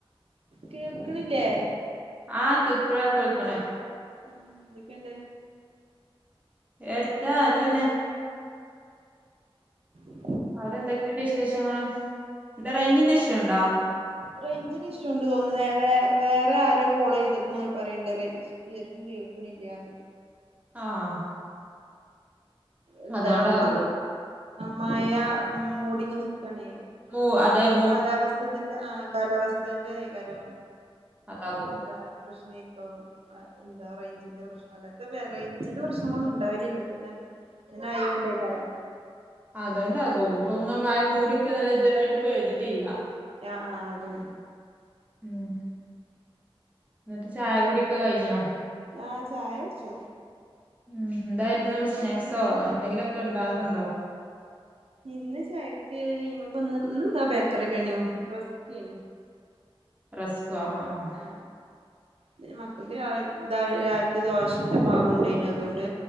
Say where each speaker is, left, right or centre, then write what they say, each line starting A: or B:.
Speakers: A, on the right (about 85°); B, on the right (about 15°).
A: കേൾക്ണില്ലേ?
B: ആക്പ്പഴാ കേൾക്ക്ണേ.
A: ഉം ന്തൊക്കെണ്ട്?
B: എത്താ നല്ലേന്നെ.
A: മ്
B: അവടെന്തൊക്കെണ്ട് വിശേഷങ്ങള് ന്താ റേഞ്ചിന്റെ ഇഷ്യൂണ്ടോ?
A: റൈഞ്ചിന് ഇഷ്യൂണ്ട് തോന്ന്ണ് വേ വേ വേറെ ആരോ കോളെയ്തപ്പോ ഇങ്ങനെ പറേണ്ട് റൈ കേക്കും കേൾക്ണില്ലാന്ന്.
B: ആഹ്
A: എന്താ
B: അതുകൊണ്ടാകും
A: മാ മഴ മൂടിങ്ങനെ നിക്കാണേയ്.
B: മോ അതെവ്
A: കാലാവസ്ഥത്തിൻ്റെ ആഹ് കാലാവസ്ഥന്റെ യേകാരം.
B: അതാകും
A: ന്താ പ്രശ്നേകോം അതെന്താ റൈഞ്ചിന്റെ പ്രശ്നല്ലാ ത് വേ റൈഞ്ചിന്റെ പ്രശ്നങ്ങളൊന്നുണ്ടാവല്ലില്ലപ്പൊ ഞാ ങ്ങനായോണ്ടേക്കാരം
B: അതോണ്ടാകും പൊങ്ങ മഴ മൂടിക്കല്ലാതെ ഇതേരായിട്ട് പെയ്ത്ട്ടില്ല.
A: ആഹ് ആഹ് അതെ
B: മ് ന്ന്ട്ട് ചായകുടിഒക്കെ കയിഞ്ഞോ?
A: ആഹ് ചായൊട്ച്ചു
B: മ് എന്തായിര്ന്നു സ്നാക്സോ
A: കുടിച്ചു
B: എന്തെങ്കിലൊക്കെ ഉണ്ടാവറ്ണ്ടോ?
A: ഇന്ന് ചായക്ക് ഇന്ന് പ്പന്ന് ന്ന്ന്താ ബേക്കറി ഒക്കെയ്നു റസ്ക്കെയ്നു
B: റസ്കോ ആഹ്
A: അ പിനെ മക്കക്ക് രാവ് രാവിലത്തെ ദോഷന്റെ മാവുണ്ടെയ്നി അതോണ്ട്